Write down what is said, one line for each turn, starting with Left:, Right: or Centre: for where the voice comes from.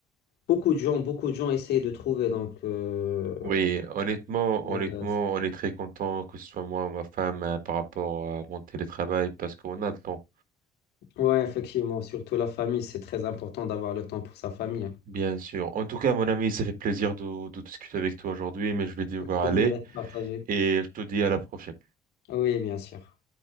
Left: beaucoup de gens, beaucoup de gens essayent de trouver. Donc, euh,
Right: Oui, honnêtement,
Left: c'est
Right: honnêtement,
Left: intéressant.
Right: on est très content que ce soit moi ou ma femme euh, par rapport à mon télétravail parce qu'on a le temps.
Left: Ouais, effectivement, surtout la famille, c'est très important d'avoir le temps pour sa famille.
Right: Bien sûr. En tout cas, mon ami, ça fait plaisir de, de discuter avec toi aujourd'hui, mais je vais devoir
Left: Le plaisir
Right: aller
Left: est partagé.
Right: et je te dis à la prochaine.
Left: Ah Oui, bien sûr.